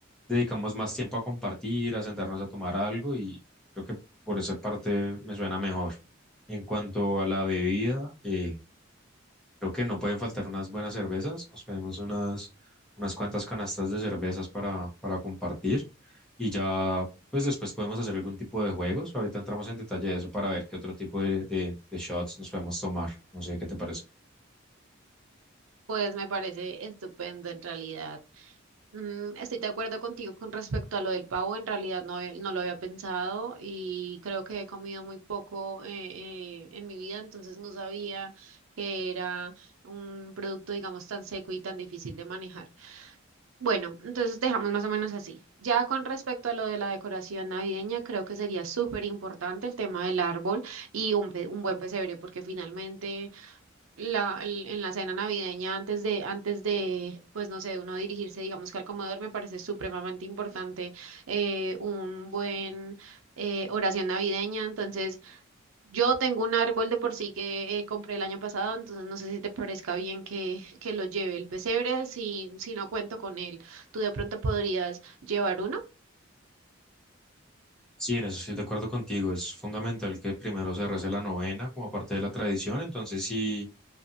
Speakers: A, in the centre; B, on the right.
A: dedicamos más tiempo a compartir, a sentarnos a tomar algo y creo que por esa parte me suena mejor. En cuanto a la bebida, eh, Creo que no pueden faltar unas buenas cervezas. Nos pedimos unas, unas cuantas canastas de cervezas para, para compartir. Y ya, pues después podemos hacer algún tipo de juegos. Ahorita entramos en detalle de eso para ver qué otro tipo de, de, de shots nos podemos tomar. No sé qué te parece.
B: Pues me parece estupendo en realidad. Mm, Estoy de acuerdo contigo con respecto a lo del pavo. En realidad no había- no lo había pensado y creo que he comido muy poco eh, eh, en mi vida, entonces no sabía que era un producto, digamos, tan seco y tan difícil de manejar. Bueno, entonces dejamos más o menos así. Ya con respecto a lo de la decoración navideña, creo que sería súper importante el tema del árbol y un, pe- un buen pesebre, porque finalmente la, el- en la cena navideña antes de, antes de, pues no sé, uno dirigirse, digamos que al comedor, me parece supremamente importante eh, un buen eh, oración navideña. Entonces, yo tengo un árbol de por sí que eh, compré el año pasado, entonces no sé si te parezca bien que, que lo lleve el pesebre, si, si no cuento con él. ¿Tú de pronto podrías llevar uno?
A: Sí, en eso estoy de acuerdo contigo. Es fundamental que primero se rece la novena como parte de la tradición. Entonces, sí.